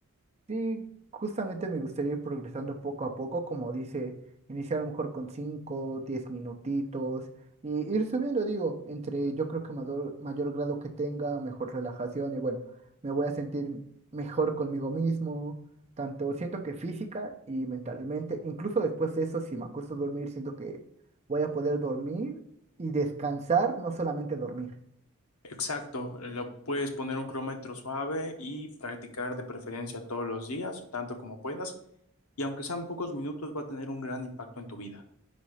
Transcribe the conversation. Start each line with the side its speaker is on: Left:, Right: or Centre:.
Right: Sí, justamente me gustaría ir progresando poco a poco, como dice, iniciar a lo mejor con 5, 10 minutitos y ir subiendo, digo, entre yo creo que mayor, mayor grado que tenga, mejor relajación y bueno, me voy a sentir mejor conmigo mismo, tanto siento que física y mentalmente, incluso después de eso, si me acuesto a dormir, siento que voy a poder dormir y descansar, no solamente dormir.
Left: Exacto, lo puedes poner un cronómetro suave y practicar de preferencia todos los días, tanto como puedas, y aunque sean pocos minutos, va a tener un gran impacto en tu vida,